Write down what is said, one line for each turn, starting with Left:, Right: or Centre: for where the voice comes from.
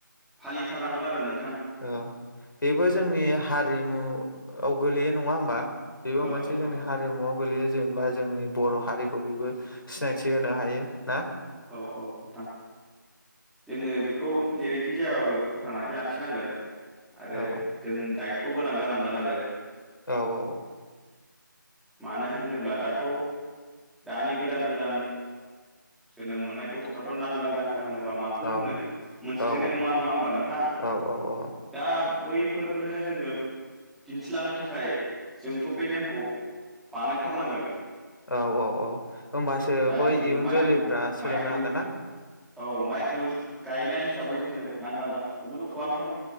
Centre: फालिथारनांगोन आरो नोंथां ।
Left: औ बेबो जोंनि हारिमुआव गोलैयो नङा होमबा? बेबो
Centre: औ
Left: मोनसे जोंनि
Centre: औ
Left: हारिमुआव गोलैयो जेनेबा जोंनि बर' हारिखौ बेबो सिनायथि होनो हायो ।
Centre: औ औ थां। जोङो बेखौ जेरैखि जायाबाबो फोथांनानै लाखिनांगोन। आरो
Left: औ
Centre: जों दायथ' खौ गोनां जानांगोन आरो
Left: औ औ
Centre: मानो होनोब्ला दाथ' दानि गोदान गोदान जोनोम मोननाय गथ'फ्राथ' नांगोल जांख होनोबा माखौ
Left: औ
Centre: होनो मोनथिनायनो
Left: औ
Centre: नङा नङा होमबा नोंथां
Left: औ औ
Centre: दा बैफोरनो जोङो दिन्थिलांनो थाखाय जोंथ' बे नेमखौ बानायथारनांगोन।
Left: औ औ औ होमबासो
Centre: दा
Left: बै
Centre: जोङो
Left: इयुन
Centre: माइखौ
Left: जोलैफ्रा सोलोंनो
Centre: माइखौ
Left: हागोन ना
Centre: औ माइखौ गायनाय हिसाबै जोङो नांगोल दांख्राखौबोथ' खालामथार